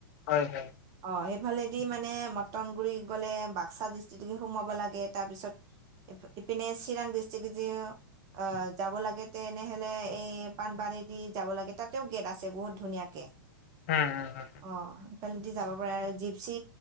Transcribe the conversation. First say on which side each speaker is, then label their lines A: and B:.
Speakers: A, on the left; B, on the right.
A: হয় হয়।
B: অ', সেইফালেদি মানে মটন গুৰি গ'লে বাক্সা ডিষ্ট্ৰিক্ট দি সোমাব লাগে। তাৰপিছত এই ফে এইপিনে চিৰাং ডিষ্ট্ৰিক্ট দিও অ', যাব লাগে তেনেহ'লে এই পানবাৰী দি যাব লাগে। তাতেও গেট আছে বহুত ধুনীয়াকে।
A: উম, অ', অ'।
B: অ', সেইফালে দি যাব পাৰে। আৰু জিপচি